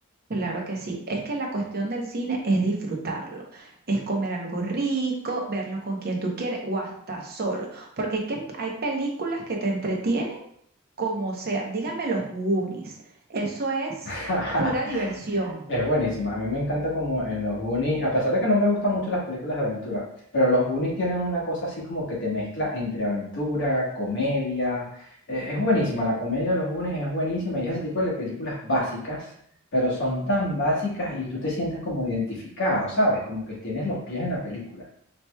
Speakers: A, on the right; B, on the left.
A: Claro que sí. Es que la cuestión del cine es disfrutarlo, es comer algo rico, verlo con quien tú quieres o hasta solo, porque hay, que- hay películas que te entretienen como sea. Dígame los Goonies, eso es
B: <laughs>
A: pura diversión.
B: Es buenísima. A mí me encanta como en los Goonies, a pesar de que no me gustan mucho las películas de aventura, pero los Goonies tienen una cosa así como que te mezcla entre aventura, comedia. Eh, es buenísima, la comedia de los Goonies es buenísima y es ese tipo de películas básicas, pero son tan básicas y tú te sientes como identificado, ¿sabes? Como que tienes los pies en la película.